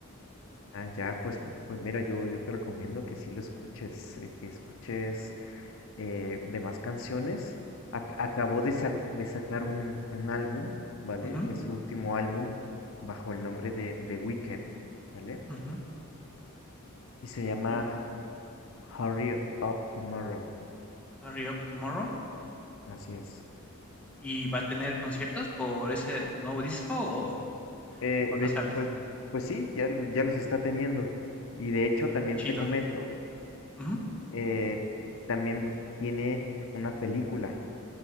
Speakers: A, on the left; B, in the centre.
A: Ah, ya, pues, pues mira, yo, yo te recomiendo que sí lo escuches, eh, que escuches eh, demás canciones. Ac- acabó de, sa- de sacar un, un álbum, ¿vale?
B: Ujú,
A: Es su último álbum bajo el nombre de The Weekend, ¿vale?
B: ujú.
A: Y se llama
B: Y
A: Hurry Up Tomorrow.
B: Hurry Up Tomorrow.
A: Así es.
B: ¿Y va a tener conciertos por ese nuevo disco o?
A: Eh,
B: ¿O
A: de
B: no
A: hecho,
B: sabes?
A: pues, pues sí, ya, lo- ya los está teniendo. Y de hecho,
B: Ah,
A: también
B: qué chido.
A: te comento,
B: Ujú.
A: eh, también tiene una película.